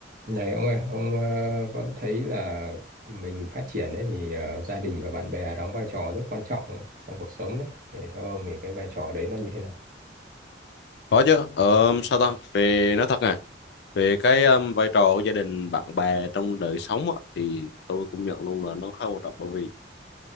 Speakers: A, on the right; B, on the left.
A: Này ông ơi, ông ờ, có thấy là mình phát triển ấy thì ờ, gia đình và bạn bè đóng vai trò rất quan trọng trong cuộc sống đấy. Để theo ông thì cái vai trò đấy nó như thế nào?
B: có chứ ờ, sao ta về nói thật nè về cái um, vai trò của gia đình bạn bè trong đời sống á, thì tôi cũng nhận luôn là nó khá quan trọng bởi vì